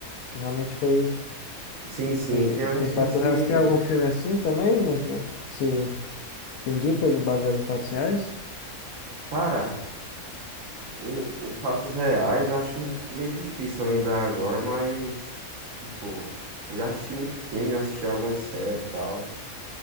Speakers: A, on the left (about 85°); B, on the right (about 70°).
A: Realmente foi,
B: Sim, sim,
A: foi, bem-
B: tem alguns
A: foi em fato
B: filmes que,
A: real. Você tem algum filme assim também, né? né, Que você você indica de baseado em fatos reais?
B: cara, O, o fatos reais eu acho meio difícil lembrar agora, mas, tipo, eu já assisti muito filme, já assisti algumas séries e tal.